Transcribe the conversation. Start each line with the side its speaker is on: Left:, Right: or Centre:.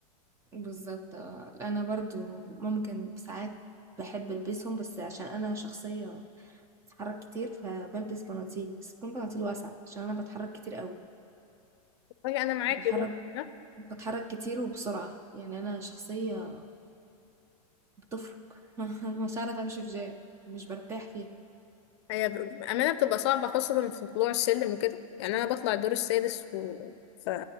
Right: بالظبط اه انا برضو ممكن ساعات بحب البسهم بس عشان انا شخصية بتحرك كتير فبلبس بناطيل بس تكون بناطيل واسعة عشان انا بتحرك كتير قوي
Left: والله أنا معاكي
Right: بتحرك
Left: برضه ها؟
Right: بتحرك كتير وبسرعة يعني انا شخصية بتفرق <laughs> مش عارفة امشي في جام مش برتاح فيها
Left: هي بأمانة بتبقى صعبة خاصة في طلوع السلم وكده يعني أنا بطلع الدور السادس و... ف...